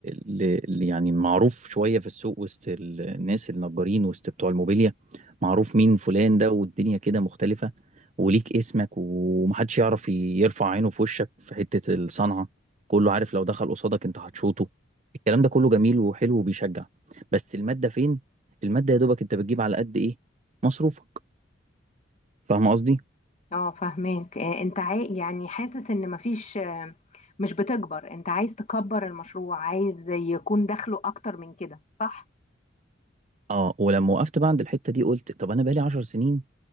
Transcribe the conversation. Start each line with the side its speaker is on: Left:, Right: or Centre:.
Right: ل... ل... يعني معروف شوية في السوق وسط الناس النجارين وسط بتوع الموبيليا معروف مين فلان ده والدنيا كده مختلفة وليك اسمك ومحدش يعرف ي- يرفع عينه في وشك في حتة الصنعة كله عارف لو دخل قصادك انت هتشوطه الكلام ده كله جميل وحلو وبيشجع بس المادة فين؟ المادة يا دوبك انت بتجيب على قد ايه؟ مصروفك فاهم قصدي؟
Left: اه فاهماك آه، انت عاي... يعني حاسس ان مفيش آه، مش بتكبر انت عايز تكبر المشروع عايز يكون دخله اكتر من كده صح
Right: اه ولما وقفت بقى عند الحتة دي قلت طب انا بقالي 10 سنين